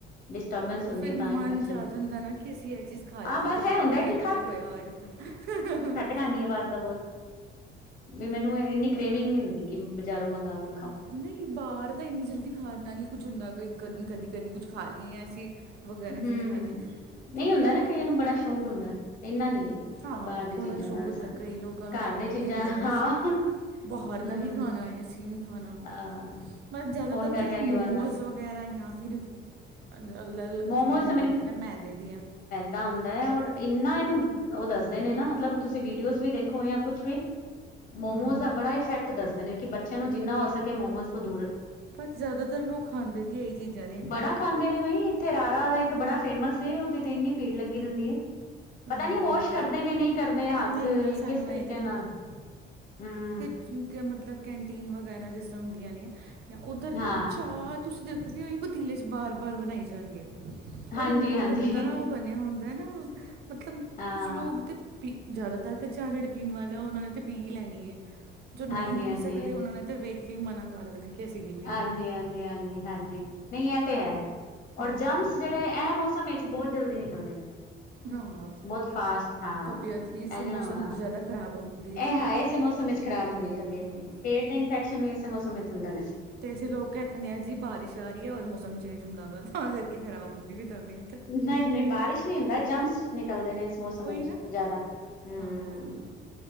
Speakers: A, on the left; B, on the right.
A: ਡਿਸਟਰਬੈਂਸ
B: ਓ
A: ਹੁੰਦੀ
B: ਫੇਰ
A: ਹੈ ਤਾਂ
B: ਮਨ
A: ਇਨਫੈਕਸ਼ਨ
B: 'ਚ ਆ ਜਾਂਦੈ ਨਾ ਕਿ ਅਸੀਂ ਐ ਚੀਜ਼ ਖਾ ਲੀ
A: ਆਹ
B: ਜਿਦੇ
A: ਬਸ
B: ਸ਼ਾਇਦ
A: ਇਹ ਹੁੰਦਾ
B: ਓਦੇ
A: ਕਿ
B: ਨਾਲ ਤਾ ਇ ਹੋਯਾ ਹੌਏਗਾ।
A: ਖਾਨੀ ਆ ਬਾਰ ਦਾ ਬੌਤ, ਬਈ ਮੈਨੂੰ ਐ-ਇੰਨੀ ਕ੍ਰੇਵਿੰਗ ਨੀ ਹੁੰਦੀ ਕਿ ਬਜ਼ਾਰੋਂ ਮੰਗਾਵਾਂ।
B: ਹਮ <unintelligible> ਨਈਂ ਬਾਰ ਦਾ ਇੰਨੀ ਜਲਦੀ ਖਾਨ ਨਾਲ ਨੀ ਕੁਛ ਹੁੰਦਾ, ਕਿਉਕਿ ਕਦੀ-ਕਦੀ-ਕਦੀ ਕੁਛ ਖਾ ਲਈ ਯਾ ਅਸੀਂ ਵਗੈਰਾ ਚੀਜ਼
A: ਹੂੰ-ਹੂੰ,
B: ਖਾ ਲਈਏ
A: ਨਈਂ
B: ਤੇ
A: ਹੁੰਦੈ ਨਾ ਕਈਆਂ ਨੂੰ ਬੜਾ ਸ਼ੌਕ ਹੁੰਦੈ, ਇੰਨਾ ਨੀ ਏ।
B: ਹਾਂ
A: ਬਾਹਰ ਦੀ
B: ਬੜਾ
A: ਚੀਜ਼ਾਂ
B: ਸ਼ੌਕ
A: ਨਾਲ
B: ਹੁੰਦੈ,
A: ਸਭ
B: ਕਈ ਲੋਕਾਂ ਨੂੰ
A: ਘਰ
B: ਤੇ ਬਹੁਤ
A: ਦੀ ਚੀਜ਼ਾਂ
B: ਹੀ ਹੁੰਦੈ ਕਿ
A: ਹਾਂ
B: ਅਸੀ ਬਾਹਰ
A: ਹੂੰ
B: ਦਾ ਹੀ ਖਾਣਾ ਏ, ਅਸੀਂ ਨਹੀਂ ਖਾਣਾ।
A: ਅ
B: ਪਰ ਜ਼ਿਆਦਾਤਰ
A: ਫੋਨ ਕਰ
B: ਤੇ
A: ਕਰਕੇ
B: ਮੋਮੋਜ਼
A: ਬਾਰ-ਬਾਰ
B: ਵਗੈਰਾ ਯਾਂ ਫਿਰ ਅਲ-ਅਲੱਗ ਅਲੱਗ
A: ਮੋਮੋਸ
B: ਚੀਜ਼ਾਂ ਜੇੜੀਆਂ ਹੁੰਦੀਆਂ ਨਾ ਮੈਦੇ ਦੀਆਂ।
A: ਤਾਂ ਹੁੰਂਦੈ ਔਰ ਇੰਨਾ ਇਨੂੰ ਓ ਦੱਸਦੇ ਨੇ ਨਾ ਮਤਲਬ ਤੁਸੀਂ ਵੀਡੀਓਜ਼ ਵੀ ਦੇਖੋ ਯਾਂ ਕੁਛ ਵੀ। ਮੋਮੋਜ਼
B: ਹੂੰ।
A: ਦਾ ਬੜਾ ਇਫੈਕਟ ਦੱਸਦੇ ਨੇ, ਕਿ ਬੱਚਿਆਂ ਨੂੰ ਜਿੰਨਾ ਹੋ ਸਕੇ ਮੋਮੋਜ਼ ਤੋਂ ਦੂਰ ਰੱਖੋ।
B: ਪਰ ਜ਼ਿਆਦਾਤਰ ਲੋਕ ਖਾਂਦੇ ਵੀ ਏਹੀ ਚੀਜ਼ਾਂ ਨੇ।
A: ਬੜਾ ਖਾਂਦੇ ਨੇ ਬਈ ਇੱਥੇ ਰਾਰਾ ਦਾ ਇੱਕ ਬੜਾ ਫੇਮਸ ਏ, ਓਦੇ ਤੇ ਇੰਨੀ ਭੀੜ ਲੱਗੀ ਰੈਂਦੀ ਏ। ਪਤਾ
B: ਬਹੁਤ
A: ਨੀ ਵਾਸ਼ ਕਰਦੇ ਨੇ ਨਈਂ ਕਰਦੇ ਹੱਥ
B: ਨਹੀਂ
A: ਯ
B: ਨਾ ਸਾਨੂੰ
A: ਕਿਸ ਤਰੀਕੇ
B: ਇਹ
A: ਨਾਲ, ਹੂੰ।
B: ਸੁਣਕੇ ਮਤਲਬ ਕੈਂਟੀਨ ਵਗੈਰਾ ਜਿਸ ਤਰ੍ਹਾਂ ਹੁੰਦੀਆਂ ਨੇ ਯਾ ਓਧਰ ਨਾ
A: ਹਾਂ
B: ਚਾਰ ਤੁਸੀਂ ਦੇਖੋਗੇ ਓਹੀ ਪਤੀਲੇ ਚ ਬਾਰ- ਬਾਰ ਬਣਾਈ ਜਾਣਗੇ
A: ਹਾਂਜੀ-ਹਾਂਜੀ,
B: ਔਰ ਇੰਨਾ ਗੰਦਾ ਬਣਿਆ ਹੁੰਦ ਦੈ ਨਾ ਮਤਲਬ
A: ਹਾਂ,
B: ਕੁਛ ਲੋਕ ਤੇ ਪੀ, ਜ਼ਿਆਦਾਤਰ ਤੇ ਚਾਹ ਜੇੜੇ ਪੀਣ ਵਾਲੇ ਆ, ਓਨਾਂ ਨੇ ਤੇ ਪੀ ਹੀ ਲੈਣੀ ਏ। ਜੋ ਨਹੀਂ
A: ਹਾਂਜੀ-ਹਾਂਜੀ।
B: ਪੀ ਸਕਦੇ, ਓਨਾਂ ਨੇ ਤੇ ਵੇਖ ਕੇ ਹੀ ਮਨਾ ਕਰ ਦੇਣਾ ਕਿ ਅਸੀਂ ਨਹੀਂ ਪੀਣੀ
A: ਹਾਂਜੀ-ਹਾਂਜੀ-ਹਾਂਜੀ-ਹਾਂਜੀ ਨਈਂ ਐ ਤੇ ਹੈ,
B: ਹਾਂ
A: ਔਰ ਜਮਸ ਜੇੜੇ ਐ ਮੌਸਮ ਵਿੱਚ ਬਹੁਤ ਜਲਦੀ ਨਿਕਲਦੇ ਨੇ।
B: ਹਾਂ
A: ਬਹੁਤ ਫਾਸਟ ਹਾਂ
B: ਤਬੀਅਤ ਵੀ ਇਸੇ
A: ਐ ਜੇੜਾ,
B: ਮੌਸਮ 'ਚ
A: ਹਾਂ
B: ਜ਼ਿਆਦਾ ਖ਼ਰਾਬ ਹੁੰਦੀ ਹੈ
A: ਐ ਹਾਂ
B: ਤੇ
A: ਇਸੇ ਮੌਸਮ ਇਚ ਖ਼ਰਾਬ ਹੁੰਦੀ ਤਬੀਅਤ
B: ਹੂੰ
A: ਵੀ, ਪੇਟ ਦੇ ਇਨਫੈਕਸ਼ਨ ਵੀ ਇਸੇ ਮੌਸਮ ਇਚ ਹੁੰਦੇ ਨੇ।
B: ਤੇ ਅਸੀਂ ਲੋਕ ਕੈਂਨੇ ਆ ਜੀ ਬਾਰਿਸ਼ ਆ ਰੀ ਐ ਔਰ ਮੌਸਮ ਚੇਂਜ ਹੁੰਦਾ ਪਿਆ ਤਾਂ ਕਰਕੇ ਖਰਾਬ ਹੁੰਦੀ ਪਈ ਏ ਤਬੀਅਤ।
A: ਨਈਂ-ਨਈਂ ਬਾਰਿਸ਼ ਨੀ ਹੁੰਦਾ, ਜਮਸ ਨਿਕਲਦੇ ਨੇ ਇਸ ਮੌਸਮ
B: ਉਹੀ
A: ਵਿੱਚ
B: ਨਾ
A: ਜ਼ਿਆਦਾ। ਹੂੰ,
B: ਹਾਂ।